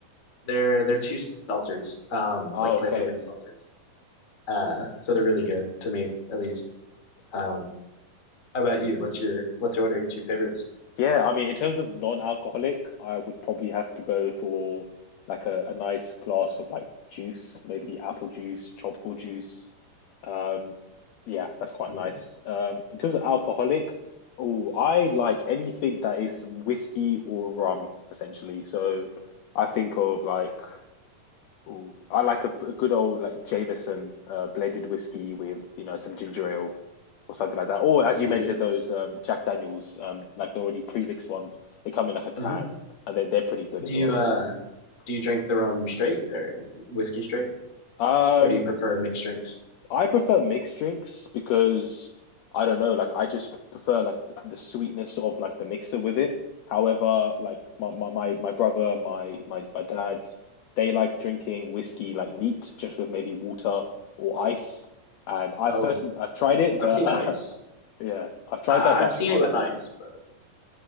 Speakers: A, on the left (about 55°); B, on the left (about 80°).
A: They're they're two seltzers, um,
B: Oh,
A: like flavored
B: okay.
A: seltzers. Uh, so they're really good to me, at least. Um, how about you? What's your what's what are your two favorites?
B: Yeah, I mean, in terms of non-alcoholic, I would probably have to go for like a, a nice glass of like juice, maybe apple juice, tropical juice. Um, yeah, that's quite
A: Do
B: nice. Um, in terms of alcoholic, oh, I like anything that is whiskey or rum, essentially. So I think of like Ooh, I like a, a good old like Jameson uh, blended whiskey with you know some ginger ale or something like that. Or as
A: you
B: you mentioned, those um, Jack Daniels, um, like the already pre-mixed ones, they come in like a can,
A: mhm.
B: and then they're pretty good
A: do
B: as
A: you
B: well.
A: uh do you drink the rum straight or whiskey straight,
B: Um,
A: or do you prefer mixed drinks?
B: I prefer mixed drinks because I don't know, like I just prefer like the sweetness of like the mixer with it. However, like my my my, my brother, my, my my dad, they like drinking whiskey like neat, just with maybe water or ice. And I've
A: Oh,
B: person I've tried it, but
A: I've seen ice.
B: <laughs> yeah, I've tried
A: I, I-
B: that, but
A: I've seen
B: I
A: it
B: can't.
A: with ice, but